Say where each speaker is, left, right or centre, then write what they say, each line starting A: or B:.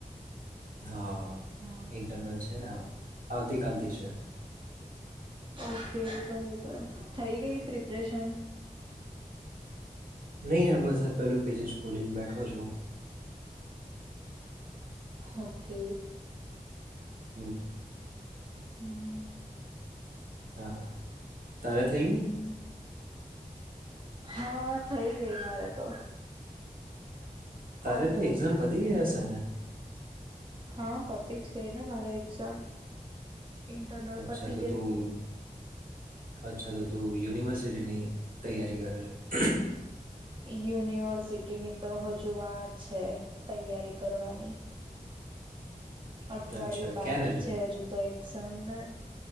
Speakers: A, on the right; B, on the right.
A: હા.
B: હા
A: ઇન્ટરનલ છે ને. આવતી કાલથી છે.
B: ઓકે બરોબર થઈ ગઈ પ્રિપ રેશન.
A: નહી આ બસ પેલું પેજ જ ખોલીને બેઠો છુ.
B: ઓકે.
A: હમ્મ.
B: હમ્મ.
A: હા. તારે થઈ
B: હમ્મ.
A: ગઈ
B: હા થઇ ગઈ મારે તો.
A: તારે
B: ઓલમોસ્ટ
A: તો એક્ઝામ પતી ગઈ એશે છે ને.
B: હા પતિ જ ગઈ ને મારે એક્ઝામ. ઇન્ટરનલ
A: અચ્છા
B: પતી
A: તો
B: ગઈ.
A: તું અચ્છા તો તું યુનિવર્સિટીની તૈયારી કરે છે.
B: યુનિવર્સિટીની તો હજુ વાર છે તૈયારી કરવાની. અઠવાડિયું
A: અચ્છા
B: બાકી
A: ક્યારે
B: છે હજુ તો એક્ઝામ ને.